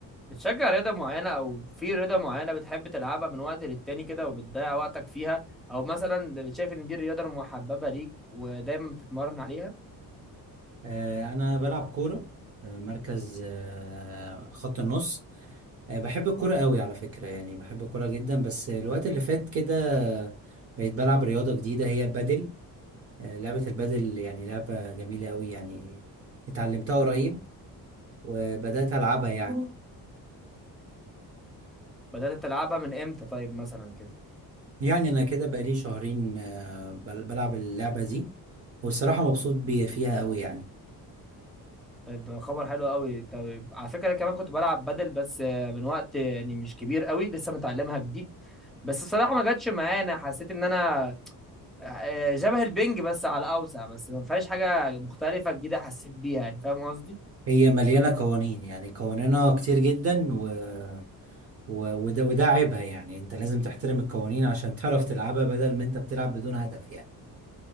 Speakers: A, in the centre; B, on the right.
A: بتشجع رياضة معينة أو في رياضة معينة بتحب تلعبها من وقت للتاني كده وبتضيع وقتك فيها أو مثلا شايف إن دي الرياضة المحببة ليك ودايما بتتمرن عليها
B: آه، أنا بلعب كورة آه، مركز آه، خط النص آه، بحب الكورة قوي على فكرة يعني بحب الكورة جدا بس الوقت اللي فات كده بقيت بلعب رياضة جديدة هي بدل آه، لعبة البدل يعني لعبة جميلة قوي يعني اتعلمتها قريب وبدأت ألعبها يعني
A: بدأت تلعبها من إمتى طيب مثلا كده
B: يعني أنا كده بقالي شهرين آه، بل- بلعب اللعبة دي والصراحة مبسوط بي- فيها قوي يعني
A: طيب ده خبر حلو قوي طيب على فكرة أنا كمان كنت بلعب بدل بس آه، من وقت يعني مش كبير قوي لسه متعلمها جديد بس الصراحة ما جاتش معايا أنا حسيت إن أنا آه، شبه البنج بس على الأوسع بس ما فيهاش حاجة مختلفة جديدة حسيت بيها يعني فاهم قصدي
B: هي مليانة قوانين يعني قوانينها كتير جدا و- وده وده عيبها يعني انت لازم تحترم القوانين عشان تعرف تلعبها بدل ما انت بتلعب بدون هدف يعني